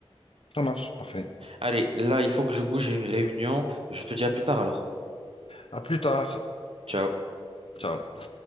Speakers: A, on the left; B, on the right.
A: Ça marche, parfait.
B: Allez, là, il faut que je bouge, j'ai une réunion. Je te dis à plus tard alors.
A: À plus tard.
B: Ciao.
A: Ciao.